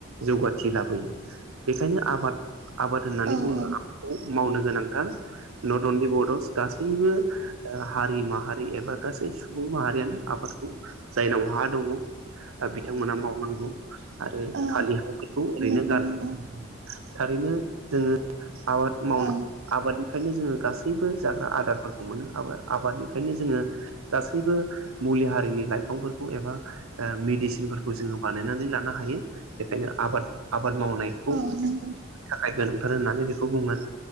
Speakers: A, on the right (about 75°); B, on the right (about 55°).
A: जौगाथि लाबोयो बेखायनो आबाद आबाद होननानै
B: औ
A: बुङोब्ला
B: औ
A: आबाद खौ मावनो गोनांथार नट अनलि बड'स गासैबो हारि माहारि एबा गासै सुबुं माहारियानो आबादखौ जायनाव हा दङ बिथांमोना मावनांगौ आरो
B: औ
A: खालि हायाव बेखौ ओरैनो
B: नंगौ
A: गायनो
B: नंगौ
A: थारैनो जोङो आबाद माव
B: औ
A: आबादनि फ्रायनो जोङो गासैबो जाग्रा आदारफोरखौ मोनो आबादनिफ्रायनो जोङो गासैबो मुलि हारिनि लाइफांफोरखौ एबा मेडिसिनफोरखौ जोङो बानायनानै लानो हायो बेखायनो आबाद आबाद मावनाय
B: अ नंगो
A: थाखाय गोनांथार होननानै बेखौ बुंगोन